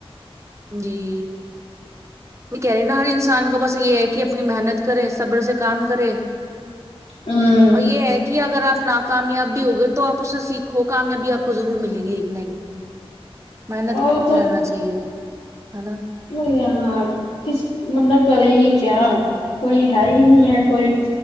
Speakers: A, on the right; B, on the left.
A: جی میں کہہ رہی ن ہر انسان کا بس یہ ہے کہ اپنی محنت کرے صبر سے کام کرے
B: ہوں
A: اور یہ ہے کہ اگر آپ ناکامیاب بھی ہو گے تو آپ اس سے سیکھو کامیابی آپ کو ضرور ملے گی ایک نہ ایک دن محنت
B: وہ
A: کر رہنا چاہیے ہے نا
B: نہیں یہاں کس من نہ کرے ہی کیا کوئی ہے ہی نہیں ہے کوئی